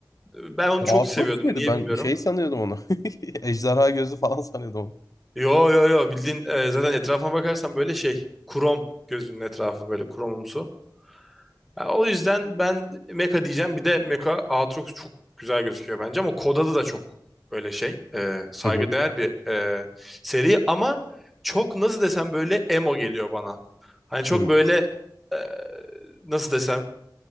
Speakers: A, in the centre; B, on the left.
A: Ben onu
B: O
A: çok
B: Aatrox
A: seviyordum.
B: muydu?
A: Niye
B: Ben
A: bilmiyorum.
B: şey sanıyordum onu. <laughs> Ejderha gözü falan sanıyordum onu.
A: Yo yo yo bildiğin e, zaten etrafına bakarsan böyle şey. Krom gözünün etrafı böyle kromumsu. Ha, O yüzden ben Mecha diyeceğim. Bir de Mecha Aatrox çok güzel gözüküyor bence ama kod adı da çok böyle şey e, saygıdeğer
B: Hı hı.
A: bir e, seri ama çok nasıl desem böyle emo geliyor bana. Hani çok
B: Hı.
A: böyle e, nasıl desem